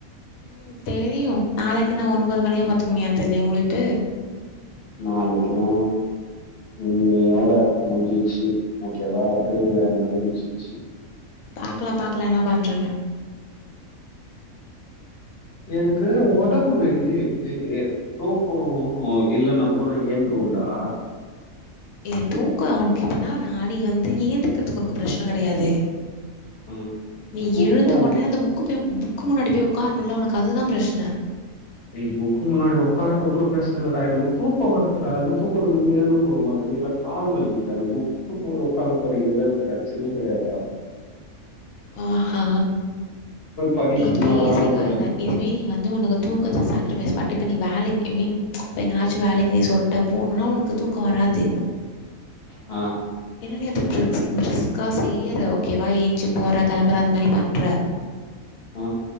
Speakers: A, on the left; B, on the left.
A: ம் தெரியு நாளைக்குன்னா ஒன்பது மணியா பத்து மணியான் தெரிலயே முழிப்பு
B: நாளைக்கிலா இன்னியோட முடிஞ்சிச்சி ஓகே வா திருவிழா இன்னியோட முடிஞ்சிச்சி
A: பாக்லா பாக்லா என்ன பண்றணு
B: எனக்கு ஒடம்பு இ இ இ தூக்கோ இல்லன்னா கூட நா ஏந்துருவன்டா
A: ஏ தூக்கோ அவனுக்கு இப்ப இன்னான நீ வந்து ஏந்துக்கிறதுக் உனக்கு ப்ரச்சன கெடையாது
B: ம்.
A: நீ
B: தூக்கம்
A: எழுந்த ஒடனே அந்த புக்கு போய் புக்கு முன்னாடி போய் உக்கார்ணுல்ல உனக்கு அதுதா ப்ரச்ன
B: ஏ புக்கு முன்னாடி உக்காரது கூட பிரச்ன இல்லடா எனக்கு தூக்கோ வருதுடா இல்ல தூக்கத்துல இருந்து எழுந்துக்க உட மாட்டேங்க நீலா கால் வலிக்குதுடா எனக்கு புக்கு போ உக்காந்து படிக்கதுல எனக்கு பிரச்சனே கெடையாதுடா
A: ஆஹா
B: படிக்கணுமாடான்றதெல்லாம்
A: எ பேஸிக்கா இதா இது வே நீ வந்து உனக்கு தூக்கத்த சக்ரிஃபைஸ் பண்ட்டு இப்ப நீ வேல ஐ மீன் எங்கனாச்சு வேலைக்கு நீ சொல் ட்ட போணுனா உனக்கு தூக்கோ வராது
B: ஆ
A: ஏன்னா நீ அது ப்ரி ப்ரிஸ்க்கா செய்யிற ஓகேவா ஏஞ்சு போற கெளம்பற அந்த மாரி பண்ற
B: ஆ